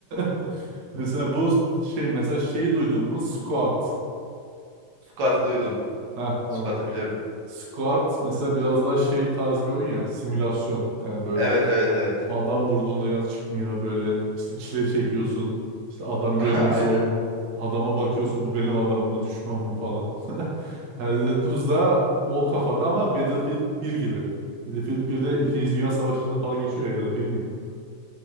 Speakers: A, on the right; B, on the right.
A: <laughs> mesela bu şey mesela şeyi duydun mu squat
B: Squat'ı duydum.
A: ha tamam
B: Squat'ı biliyorum.
A: squat mesela biraz daha şey tarz bir oyun ya simülasyon yani böyle
B: Evet evet evet.
A: adam vurduğunda yaz çıkmıyor böyle işte çile çekiyorsun işte adam görmek
B: <laughs> Aynen.
A: zor adama bakıyorsun bu benim adam mı düşman mı falan <laughs> Hell Let Loose da o kafada ama Battlefield bir gibi Battlefield 1'de 2. Dünya Savaşı'nda falan geçiyor ya ya da bir miydi?